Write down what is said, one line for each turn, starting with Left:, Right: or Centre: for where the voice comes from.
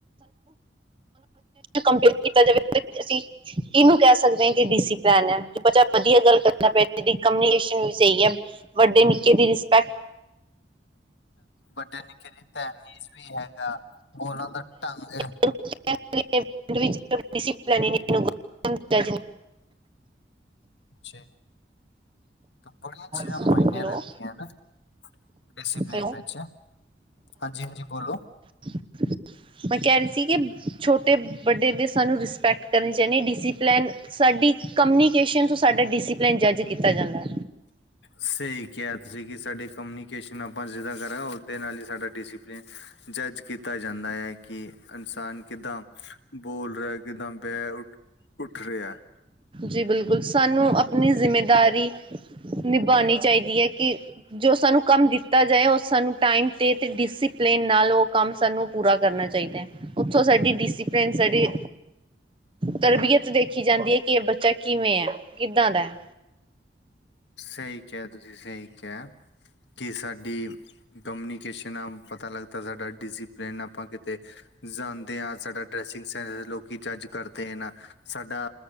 Right: ਕੰਪੇਅਰ ਕੀਤਾ ਜਾਵੇ ਅਸੀ <inaudible> ਇਹਨੂੰ ਕਹਿ ਸਕਦੇ ਐ ਕਿ ਡਿਸੀਪਲੇਨ ਹੈ, ਬੱਚਾ ਵਧੀਆ ਗੱਲ ਕਰਦਾ ਪਿਆ ਇਹਦੀ ਕਮਨੀਕੇਸ਼ਨ, ਵੀ ਸਹੀ ਐ ਵੱਡੇ, ਨਿੱਕੇ ਦੀ ਰਿਸਪੈਕਟ
Left: ਵੱਡੇ ਨਿੱਕੇ ਦੀ, ਤਹਿਮੀਜ਼ ਵੀ ਹੈਗਾ ਬੋਲਨ ਦਾ, ਢੰਗ
Right: <unintelligible> <inaudible>
Left: ਜੀ, ਕੰਪਨੀਆ ਚੇਅਰ
Right: ਹੈਲੋ
Left: ਮਾਇਨੇ ਰੱਖਦੀਆਂ ਹਨਾ ਡਿਸੀਪਲਿਨ
Right: ਹੈਲੋ
Left: ਵਿੱਚ ਹਾਂਜੀ, ਹਾਂਜੀ ਬੋਲੋ
Right: <unintelligible> <inaudible> ਮੈਂ ਕਹਿ ਰਹੀ ਸੀ, ਕਿ ਛੋਟੇ ਵੱਡੇ ਦੀ ਸਾਨੂੰ ਰਿਸਪੈਕਟ ਕਰਨੀ ਚਾਹੀਦੀ, ਡਿਸੀਪਲੇਨ ਸਾਡੀ ਕਮਨੀਕੇਸ਼ਨ ਤੋਂ ਸਾਡਾ, ਡਿਸੀਪਲਿਨ ਜੱਜ ਕੀਤਾ ਜਾਂਦਾ ਹੈ
Left: ਸਹੀ ਕਿਹਾ ਤੁਸੀਂ, ਕਿ ਸਾਡੀ ਕਮਨੀਕੇਸ਼ਨ ਆਪਾਂ ਜਿਦਾ ਕਰਾਂ ਉਹਦੇ ਨਾਲ ਹੀ ਸਾਡਾ, ਡਿਸੀਪਲੀਨ ਜੱਜ ਕੀਤਾ, ਜਾਂਦਾ ਹੈ। ਕਿ ਇਨਸਾਨ ਕਿੱਦਾਂ ਬੋਲ ਰਿਹਾ, ਕਿੱਦਾਂ ਬੈਹ ਉੱਠ ਰਿਹਾ
Right: ਜੀ ਬਿਲਕੁਲ, ਸਾਨੂੰ ਅਪਣੀ ਜਿੰਮੇਦਾਰੀ ਨਿਭਾਣੀ ਚਾਹੀਦੀ ਹੈ ਕਿ ਜੋ ਸਾਨੂੰ ਕੰਮ ਦਿੱਤਾ ਜਾਏ ਓ ਸਾਨੂੰ ਟਾਈਮ ਤੇ, ਤੇ ਡਿਸਿਪਲੇਨ ਨਾਲ ਓ ਕਾੰਮ ਸਾਨੂੰ ਪੂਰਾ ਕਰਨਾ ਚਾਹੀਦਾ ਐ। ਉੱਥੋਂ ਸਾਡੀ ਡਿਸਿਪਲਿਨ ਸਾਡੀ ਤਰਬੀਅਤ ਦੇਖੀ ਜਾਂਦੀ ਏ, ਕਿ ਏ ਬੱਚਾ ਕਿਵੇਂ ਐ ਕਿੱਦਾਂ ਦਾ ਐ।
Left: ਸਹੀ ਕੇਆ, ਤੁਸੀ ਸਹੀਂ ਕੇਅ। ਕੇ ਸਾਡੀ, ਕਮਨੀਕੇਸ਼ਨ ਆ ਪਤਾ ਲੱਗਦਾ ਸਾਡਾ ਡਿਸਿਪੇਲਨ ਆਪਾਂ ਕਿਤੇ ਜਾ਼ਂਦੇ ਆ ਸਾਡਾ ਡਰੈਸਿੰਗ ਸੈਂਸ, ਲੋਕੀ ਜੱਜ ਕਰਦੇ ਨ ਸਾਡਾ